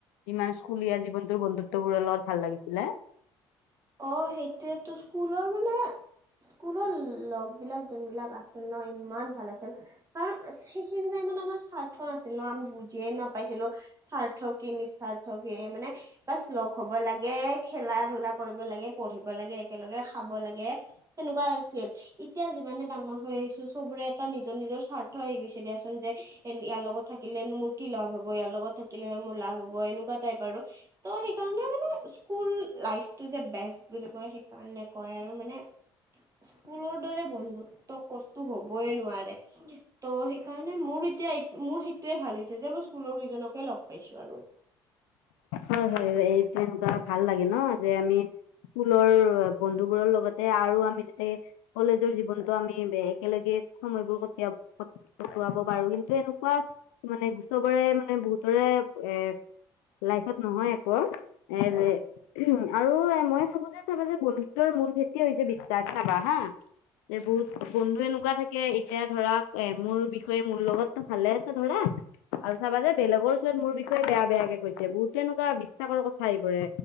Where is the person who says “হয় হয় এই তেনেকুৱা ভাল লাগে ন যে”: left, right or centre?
Left